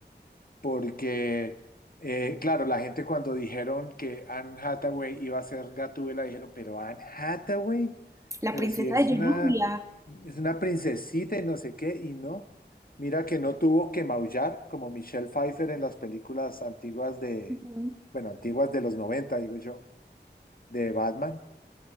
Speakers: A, on the left; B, on the right.
A: porque, eh, claro, la gente cuando dijeron que Anne Hathaway iba a ser Gatúbela, dijeron, pero Anne Hathaway,
B: la
A: pero
B: princesa
A: si es
B: de Genovia,
A: una, es una princesita y no sé qué, y no, mira que no tuvo que maullar como Michelle Pfeiffer en las películas antiguas de,
B: Ujú.
A: bueno, antiguas de los 90 digo yo, de Batman